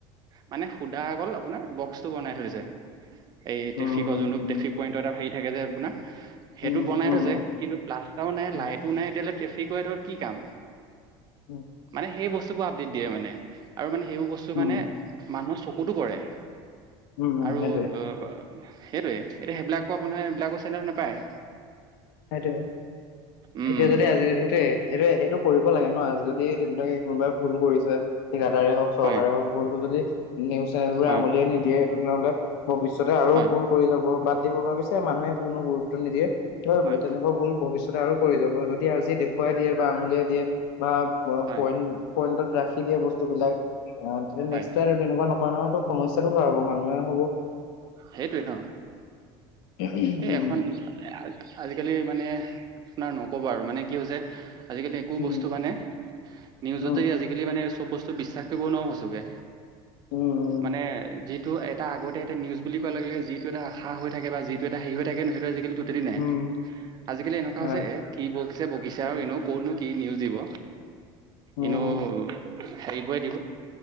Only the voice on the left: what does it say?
উম
উম
উম
উম
<inaudible>
উম
উম উম
সেইটোৱে
সেইটো
এতিয়া যদি আজি সেইটোয়ে এইটোয়ে এইটো কৰিব লাগে ন আজি যদি তেনেে কোনোবাই ভূল কৰিছে ঠিকাদাৰে হওক চৰকাৰে
হওক ভূলতটো যদি নিউজ চেনেল বোৰে
আঙুলিয়াই নিদিয়ে সেই তেনেহলে ভৱিষ্যতে আৰু
ভুল কৰি যাব বতিব ভাবিছে মানুহে কোনো গুৰুত্ব নিদিয়ে। ত তেনেকুৱা
ভুল ভৱিষ্যতে আৰু কৰি যাব যদি আজি দে খুৱাই দিয়ে বা আঙুলিয়াই দিয়ে বা
পইণ্ পইণ্টত ৰাখি দিয়ে বস্তুবিলাক অ', তেতিয়া
নেক্সটাইম তেনেকুৱা নকৰে নহয় তো সমস্যাাতটো কাৰ হ'ব মানুহে হ'ব।
উম
উম
উম
উম
উম
উম
হয়
উম